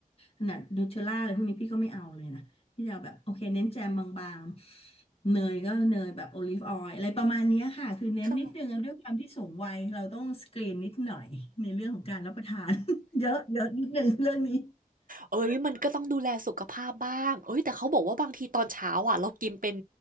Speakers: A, on the left; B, on the right.
A: ขนาดนูเทลล่าอะไรพวกนี้พี่ก็ไม่เอาเลยนะพี่จะเอาแบบโอเคเน้นแจมบางๆเนยก็เนยแบบโอลิฟออยล์อะไรประมาณเนี้ยค่ะคือเน้นนิดนึงแล้วด้วยความที่สูงวัยเราต้องสกรีนนิดหน่อยในเรื่องของการรับประทาน
B: ค่ะ
A: <laughs> เยอะเยอะนิดนึงเรื่องนี้
B: เอ้ยมันก็ต้องดูแลสุขภาพบ้างเอ้ยแต่เขาบอกว่าบางทีตอนเช้าอ่ะเรากินเป็น